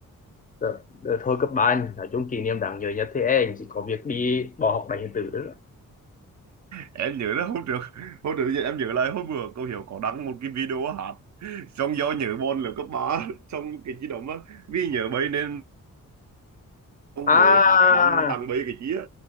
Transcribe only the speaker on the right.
em nhớ là hôm trước hôm trước em nhớ lại hôm bữa cô hiểu có đăng một cái video hát xong do nhớ môn là cấp ba xong cái chi đó á vì nhớ bấy nên cô
mới hát đăng tăng bấy cái chi á